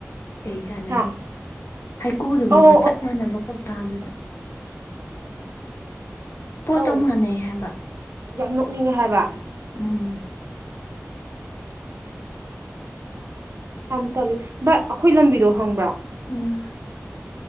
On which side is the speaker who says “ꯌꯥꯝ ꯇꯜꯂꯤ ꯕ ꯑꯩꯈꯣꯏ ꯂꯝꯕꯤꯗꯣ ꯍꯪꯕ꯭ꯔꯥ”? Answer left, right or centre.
Right